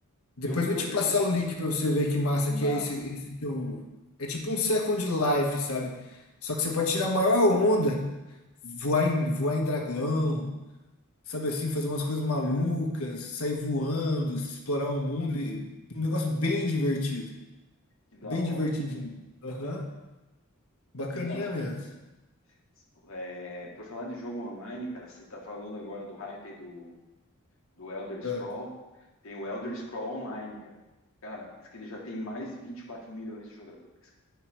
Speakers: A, on the left (about 80°); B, on the left (about 60°).
A: depois
B: eu, eu,
A: eu vou te passar
B: eu, eu achei
A: o link para você ver que massa
B: massa,
A: que é esse, esse que eu... É tipo um Second Life, sabe? Só que você pode tirar a maior onda, voar em, voar em dragão, sabe assim, fazer umas coisas malucas,
B: cara.
A: sair voando, explorar o mundo, e um negócio bem divertido,
B: Que da
A: bem
B: hora,
A: divertidinho.
B: cara.
A: Aham, Bacaninha
B: Que da hora,
A: mesmo.
B: cara. É, por falar de jogo online, cara, você tá falando agora do hype aí do do Elder Scroll.
A: Ah,
B: Tem o Elder Scroll Online, cara. Cara, diz que ele já tem mais de 24 milhões de jogadores, cara,